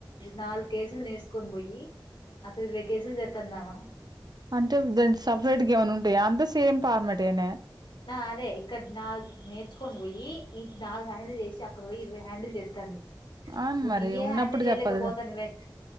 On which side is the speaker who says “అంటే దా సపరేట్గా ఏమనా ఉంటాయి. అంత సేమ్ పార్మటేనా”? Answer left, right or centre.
Right